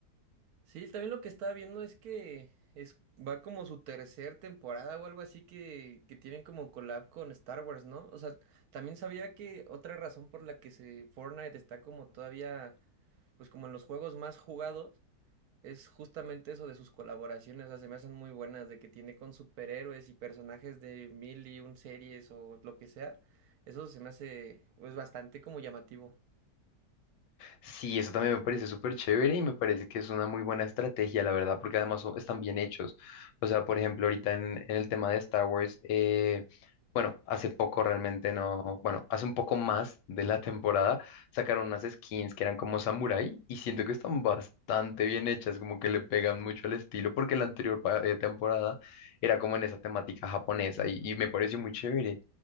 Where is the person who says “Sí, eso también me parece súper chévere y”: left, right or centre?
Left